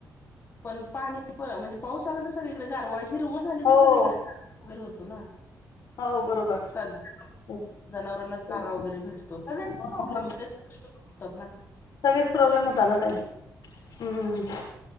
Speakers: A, on the left; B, on the left.
A: पण पाणी प- म्हणजे पाऊस आला तर सगळीकडे गारवा हिरवळ झाली
B: हो
A: तर सगळीकडे गारवा वगैरे होत होतो ना
B: हो बरोबर.
A: चा-
B: तेच
A: जनावरांना
B: तेच
A: चारा वगैरे भेटतो. प्रॉब्लेम
B: हो ना हो ना
A: म्हणजे <unintelligible> ना
B: सगळेच प्रॉब्लेम होता ना ताई. हम्मम्...